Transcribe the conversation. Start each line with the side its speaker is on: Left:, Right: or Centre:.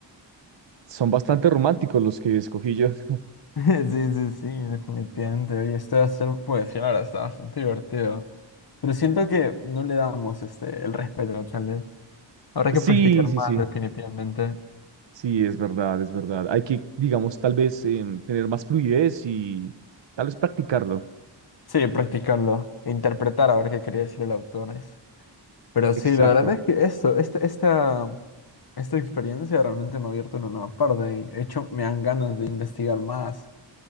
Right: Son bastante románticos los que escogí yo. <laughs>
Left: <laughs> Sí, sí, sí, definitivamente. Oye, esto de hacer poesía, la verdad, está bastante divertido. Pero siento que no le damos este, el respeto, tal vez. Habrá
Right: Sí,
Left: que practicar
Right: sí,
Left: más,
Right: sí.
Left: definitivamente.
Right: Sí, es verdad, es verdad. Hay que, digamos, tal vez em, tener más fluidez y tal vez practicarlo.
Left: Sí, practicarlo. Interpretar a ver qué quería decir el autor. es- Pero sí,
Right: Exacto.
Left: la verdad es que esto, esta, esta, esta experiencia realmente me ha abierto una nueva parte. y, de hecho, me dan ganas de investigar más.